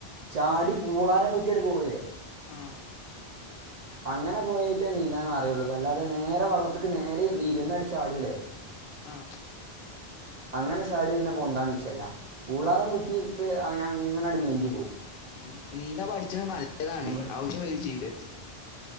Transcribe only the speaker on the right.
ചാടി പൂളാരം കുത്തിയാണ്ട് പോവേ.
അങ്ങനെ പോയിട്ടേ നീന്താന്ന് അറിയുള്ളൂ അല്ലാതെ നേരെ വള്ളത്ത്ക്ക് നേരെ ഇരിന്നടിച്ചാടൂലേ.
അങ്ങനെ ചാടിയാ പിന്നെ പൊന്താ ന്ച്ചല്ല പൂളാറം കുത്തിയിട്ട് ഞാൻ ഇങ്ങനാണ്ട് നീന്തി പോവും.
നമ്മൾ